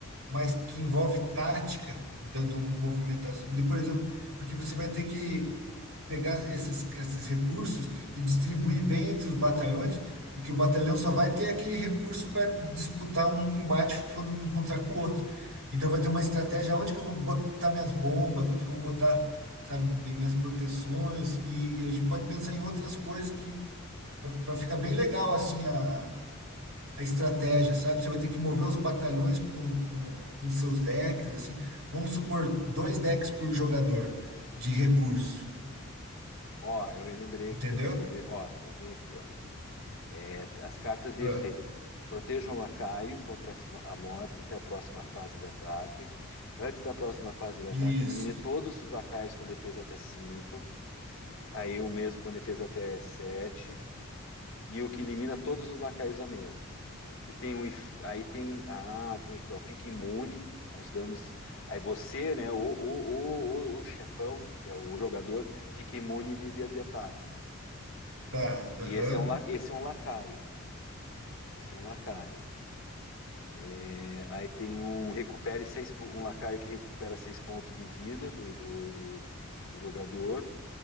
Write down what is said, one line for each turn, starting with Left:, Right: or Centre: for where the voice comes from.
Right: mas que envolve tática da- do movimentação. De, por exemplo, porque você vai ter que pegar essas, esses recursos e distribuir bem entre os batalhões, porque o batalhão só vai ter aquele recurso para disputar um embate quando um encontrar com o outro. Então vai ter uma estratégia onde que eu vou botar minhas bombas, onde que eu vou botar, sabe, mi- minhas proteções, e, e a gente pode pensar em outras coisas para ficar bem legal assim a, a estratégia, sabe? Você vai ter que mover os batalhões com, com, com seus decks, assim. Vamos supor dois decks por jogador de recurso,
Left: Ó, eu me lembrei
Right: entendeu?
Left: aqui, ó, quer ver? Ó, eu tenho aqui, ó. É, as cartas de
Right: Ah,
Left: efeito. Protejam o lacaio contra a f- a morte até a próxima fase de ataque. Antes da próxima fase de
Right: isso.
Left: ataque, elimine todos os lacaios com defesa até 5. Aí o mesmo com defesa até sete E o que elimina todos os lacaios da mesa. E tem um, if- aí tem, ah, tem aqui, ó, fica imune aos danos. Aí você, né, o, o, o, o, o chefão, que é o jogador, fica imune de, de, de ataque.
Right: Tá,
Left: E
Right: aham.
Left: esse é um, la- esse é um lacaio. Esse é um lacaio. É, aí tem um recupere seis, po- um lacaio que recupera seis pontos de vida do, do, do, do jogador.